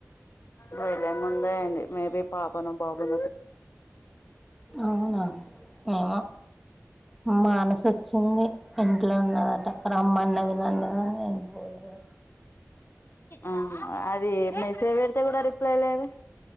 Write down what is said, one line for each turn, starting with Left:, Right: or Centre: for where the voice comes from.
Left: వెళ్ళే ముందే అయింది మేబీ పాపను బాబుది
Centre: అవునా ఏమో మానస వచ్చింది ఇంట్లో ఉన్నదట బమన్న జన్నగా బోలేదు
Left: ఆ అది మెసేజ్ పెడితే కూడా రిప్లై లేదు